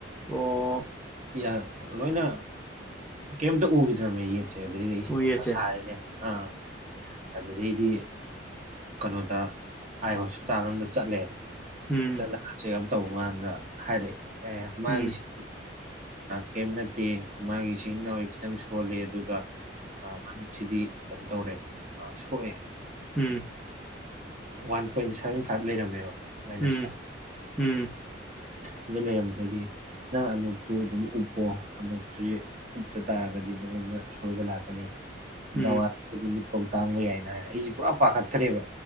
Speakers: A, in the centre; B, on the right.
A: ꯑꯣ
B: ꯌꯥ ꯂꯣꯏꯅ ꯀꯩꯝꯇꯥ ꯎꯈꯤꯗ꯭ꯔꯃꯦ ꯌꯦꯠ ꯁꯦ ꯑꯗꯨꯗꯩꯗꯤ ꯑꯩꯁꯦ
A: ꯑꯣ
B: ꯃꯊꯥ
A: ꯌꯦꯠꯁꯦ
B: ꯁꯥꯔꯦꯅꯦ ꯑꯥ ꯑꯗꯨꯗꯩꯗꯤ ꯀꯩꯅꯣꯗ ꯑꯥꯏ ꯍꯣꯁꯄꯤꯇꯥꯜ ꯑꯝꯗ ꯆꯠꯂꯦ
A: ꯎꯝ
B: ꯆꯠꯂꯀꯟꯁꯤꯗ ꯇꯧꯕ ꯀꯥꯟꯁꯤꯗꯥ ꯍꯥꯏꯔꯛꯑꯦ ꯑꯦ ꯃꯥꯒꯤꯁꯤ
A: ꯎꯝ
B: ꯀꯩꯝ ꯅꯠꯇꯦ ꯃꯥꯒꯤ ꯁꯨꯡꯂꯤ ꯅꯥꯎꯔꯤ ꯈꯤꯇꯪ ꯁꯣꯜꯂꯤ ꯑꯗꯨꯒ ꯃꯃꯤꯠꯁꯤꯗꯤ ꯀꯩꯅꯣ ꯇꯧꯔꯦ ꯑ ꯁꯣꯛꯑꯦ
A: ꯎꯝ
B: ꯋꯥꯟ ꯄꯣꯏꯟ ꯁꯚꯦꯟ ꯐꯥꯏꯚ ꯂꯩꯔꯝꯃꯦꯕ ꯃꯥꯏꯅꯁꯇ
A: ꯎꯝ ꯎꯝ
B: ꯑꯗꯨ ꯂꯩꯔꯝꯕꯗꯒꯤ ꯅꯪ ꯑꯗꯨꯞꯇꯨ ꯑꯗꯨꯝ ꯎꯞꯄꯣ <unintelligible> <unintelligible> ꯑꯥꯁꯣꯏꯕꯂꯛꯀ ꯅꯤ <unintelligible>
A: ꯎꯝ
B: ꯃꯤꯠꯄꯧ ꯇꯥꯡꯕ ꯌꯥꯏꯅ ꯍꯥꯏ ꯑꯩꯁꯦ ꯄꯨꯔꯥ ꯄꯥꯈꯠꯈ꯭ꯔꯦꯕ